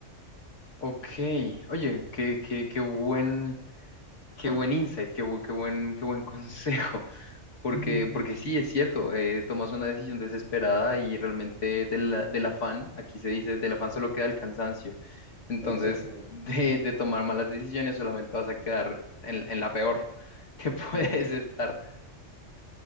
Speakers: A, on the left; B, on the right.
A: ok, oye, qué, qué, qué buen, qué buen insight, qué, bu- qué buen, qué buen <laughs> consejo. Porque,
B: <laughs>
A: porque sí, es cierto, eh, tomas una decisión desesperada y realmente del, del afán, aquí se dice, del afán solo queda el cansancio. Entonces,
B: Exactamente.
A: <laughs> de,
B: Ajá.
A: de tomar malas decisiones solamente vas a quedar en, en la peor que <laughs> puedes
B: Mm,
A: estar.